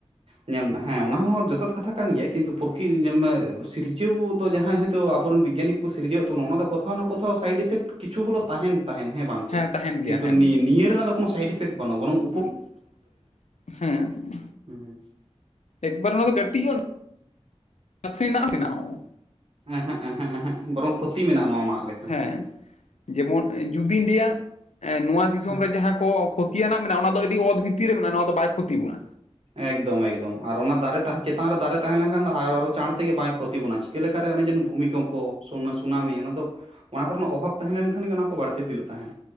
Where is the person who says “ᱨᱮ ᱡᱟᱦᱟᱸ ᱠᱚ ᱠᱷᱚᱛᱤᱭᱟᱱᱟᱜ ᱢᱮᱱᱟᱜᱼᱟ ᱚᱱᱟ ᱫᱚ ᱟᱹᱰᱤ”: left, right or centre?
Left